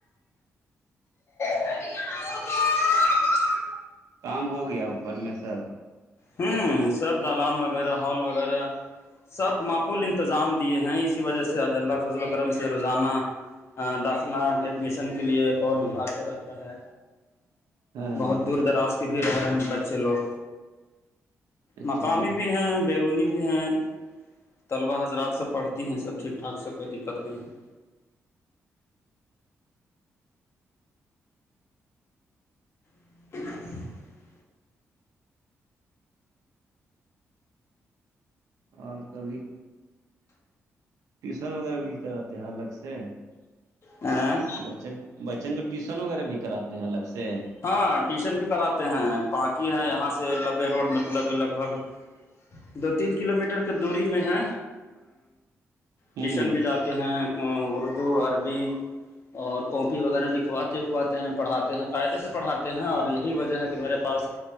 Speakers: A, on the left; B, on the right.
A: <inaudible>
B: کام ہو گیا اوپر میں سب
A: ہوں سب دالان وغیرہ ہال وغیرہ <unintelligible> سب معقول انتظام دیے ہیں اسی وجہ سے حج اللہ فضل الکم سے روزانہ <unintelligible> داخلہ ایڈمیشن کے لیے کال آتے رہتا ہے
B: ہاں
A: بہت دور دراز کے بھی رہ رہے ہیں بچے لوگ
B: اچھا
A: مقامی بھی ہیں بیرونی بھی ہیں طلبہ حضرات سے پڑھتی ہیں سب ٹھیک ٹھاک سے کوئی دقت نہیں ہے <inaudible>
B: اور کبھی ٹیوشن وغیرہ بھی کراتے ہیں الگ سے
A: ہاں
B: بچن بچن کو ٹیوشن وغیرہ بھی کراتے ہیں الگ سے
A: ہاں ٹیوشن بھی کراتے ہیں پااکی ہے یہاں سے لبے روڈ مطلب لگ بھگ دو تین کلو میٹر کے دوری میں ہے
B: ہوں
A: ٹیوشن بھی جاتے ہیں اردو عربی اور کاپی وغیرہ لکھواتے لکھواتے ہیں پڑھاتے ہیں قاعدے سے پڑھاتے ہیں اور یہی وجہ ہے کہ میرے پاس